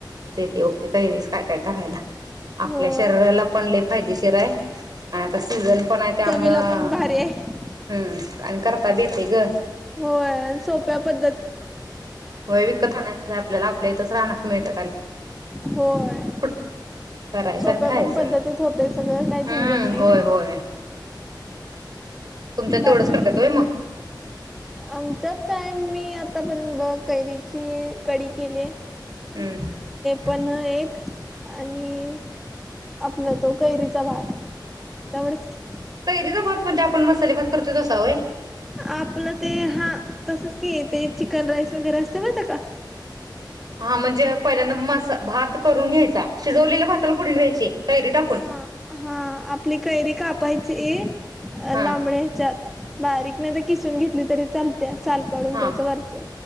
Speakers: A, on the right (about 60°); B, in the centre.
A: ते बघती कैरीस काय काय करायला. आपल्या
B: होय
A: शरीराला पण लेप फायदेशीर आहे आणि आता सीझन पण आहे, त्यामुळं
B: चवीला पण भारी आहे
A: हम्म आणि करता बी येतयं गं.
B: होय, सोप्या पद्धत
A: व्हय विकत आणायच नाय आपल्याला, आपल्या इथंच रानात मिळतात आणि
B: होय
A: कुठ करायचं
B: सोप्या
A: आणि खायचं
B: पण पद्धतीत होतंय सगळं, काही झंजट
A: हम्म
B: नाही.
A: होय होय तुमच्या तेवढंच
B: बाकी
A: करतात होय मग
B: आमच्यात काय मी आतापर्यंत बघ कैरीची कडी केलीये.
A: हम्म.
B: पन्हं एक आणि आपला तो कैरीचा भात, तेवढंच की.
A: कैरीचा भात म्हणजे आपण मसाले भात करतोय तसा होय
B: आपलं ते हा तसंच की ते चिक कन राईस वगैरे असतंय माहिती आहे का?
A: हा म्हणजे पहिल्यांदा मसा भात करून घ्यायचा. शिजवलेल्या भाताला फोडणी द्यायची, कैरी टाकून?
B: हा हा आपली कैरी कापायची अ
A: हा
B: लांबड्या हेच्यात बारीक नाहीत किसुन घेतली तरी चाल त्या. साल काढून
A: हा
B: त्याच वरचं